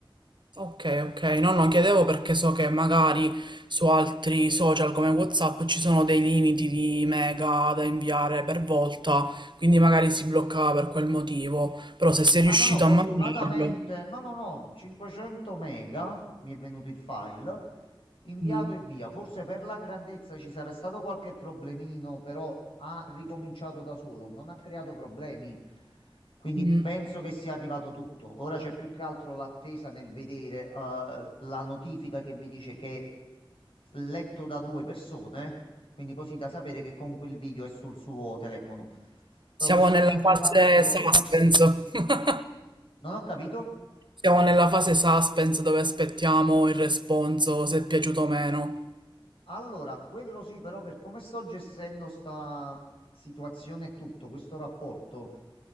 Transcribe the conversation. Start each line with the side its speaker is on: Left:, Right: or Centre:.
Right: Ok, ok, no, no, chiedevo perché so che magari su altri social come WhatsApp ci sono dei limiti di mega da inviare per volta, quindi magari si bloccava per quel motivo, però se sei
Left: Ah
Right: riuscito
Left: no, no, fortunatamente,
Right: a mantenerlo,
Left: no, no, no, 500 mega, mi è venuto il file, inviato
Right: Mm,
Left: e via. Forse per la grandezza ci sarà stato qualche problemino, però ha ricominciato da solo, non ha creato problemi. Quindi
Right: mm.
Left: penso che sia arrivato tutto. Ora c'è più che altro l'attesa nel vedere eh, la notifica che mi dice che è letto da due persone, quindi così da sapere che comunque il video è sul suo telefono. Però
Right: Siamo
Left: visto
Right: nella
Left: che anche
Right: fase
Left: l'altro...
Right: suspense, <laughs>
Left: Non ho capito.
Right: siamo nella fase suspense dove aspettiamo il responso se è piaciuto o meno.
Left: Allora, quello sì, però per come sto gestendo sta situazione e tutto, questo rapporto,